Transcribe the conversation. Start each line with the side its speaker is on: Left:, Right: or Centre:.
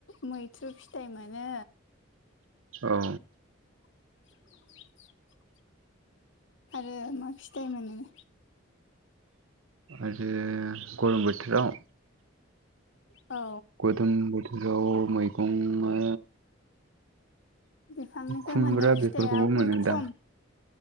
Left: मैथ्रु फिथाइ मोनो
Right: औ
Left: <inaudible> आरो मा फिथायाइ मोनोो
Right: आरो गरम बोथोराव
Left: औ
Right: गोदोम बोथोराव मैगंआ
Left: बिफांनिफ्राय
Right: खुमब्रा
Left: मोननाय फिथाइया
Right: बेफोरखौबो
Left: बुहुद
Right: मोनोदां
Left: खम